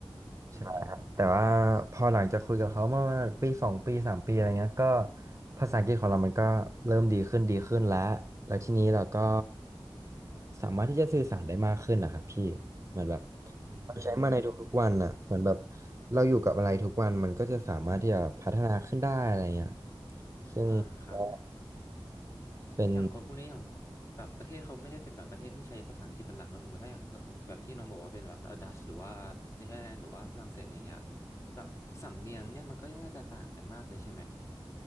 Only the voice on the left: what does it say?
อืม
อืม
อ่าครับ
อย่างคนพวกนี้อย่างแบบประเทศเขาไม่ได้เป็นแบบประเทศที่ใช้ภาษาอังกฤษเป็นหลักเนอะสมมติถ้าอย่างเพื่อนแบบที่น้องบอกว่าเป็นแบบดัชหรือว่าเนเธอร์แลนด์หรือว่าฝรั่งเศสอะไรเงี้ยแบบสำเนียงเนี่ยมันก็น่าจะต่างกันมากเลยใช่ไหม